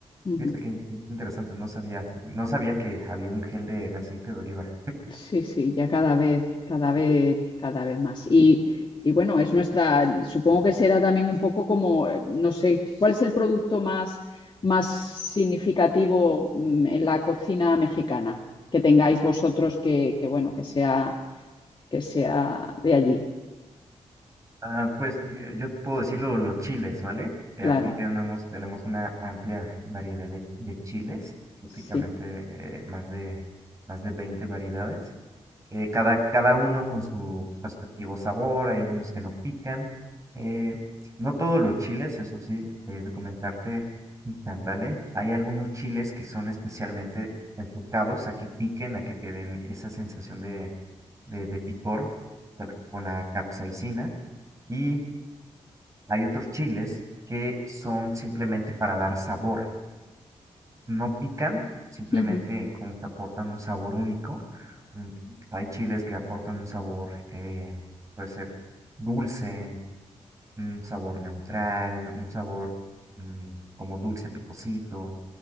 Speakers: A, on the left; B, on the right.
A: Ujú.
B: Fíjate que, in- que interesante, no sabía, no sabía que había un gel de, de aceite de oliva.
A: Sí, sí, ya cada vez, cada vez, cada vez más. Y, y bueno, es nuestra, supongo que será también un poco como, eh, no sé, ¿cuál es el producto más, más significativo mm, en la cocina mexicana que tengáis vosotros que, que, bueno, que sea, que sea de allí?
B: Ah, pues yo, yo te puedo decir lo- los chiles, ¿vale? Eh,
A: Claro,
B: aquí tenemos, tenemos una amplia variedad de, de chiles, prácticamente
A: sí.
B: eh, más de, más de 20 variedades. eh, cada, cada uno con su respectivo sabor, hay algunos que no pican. eh, no todos los chiles, eso sí, he de comentarte, pican, ¿vale? Hay algunos chiles que son especialmente enfocados a que piquen, a que te den esa sensación de, de, de picor con con la capsaicina. Y hay otros chiles que son simplemente para dar sabor. No pican, simplemente
A: Ujú.
B: como que aportan un sabor único. un- hay chiles que aportan un sabor, eh, puede ser dulce, un sabor neutral, un sabor mm, como dulce picosito